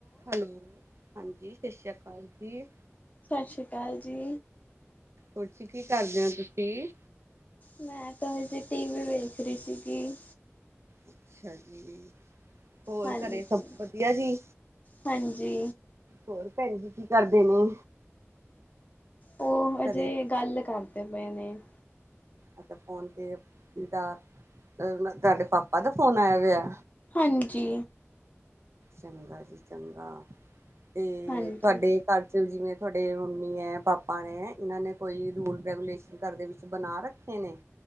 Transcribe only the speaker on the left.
ਸਾਸ਼ੀ ਕਾਲ ਜੀ।
ਮੈਂ ਤੇ ਹਜੇ ਟੀ ਵੀ ਵੇਖ ਰੀ ਸੀਗੀ।
ਹਾਂਜੀ
ਹਾਂਜੀ
ਓ ਹਜੇ
ਗੱਲ ਕਰਦੇ ਪਏ ਨੇ।
ਹਾਂਜੀ।
ਹਾਂਜੀ